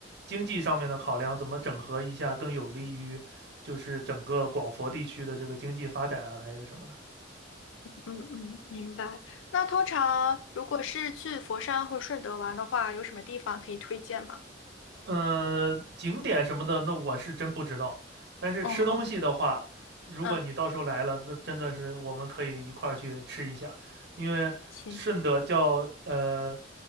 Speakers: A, on the right; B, on the left.
A: 经济上面的考量，怎么整合一下更有利于就是整个广佛地区的这个经济发展啊，还是什么的。
B: 嗯嗯。明白。那通常如果是去佛山或顺德玩的话，有什么地方可以推荐吗？
A: 呃，景点什么的，那我是真不知道。但是吃东西的话，
B: 哦哦，
A: 如果你到时候来了，
B: 嗯
A: 那真的是我们可以一块儿去吃一下，因为顺德叫呃
B: 行，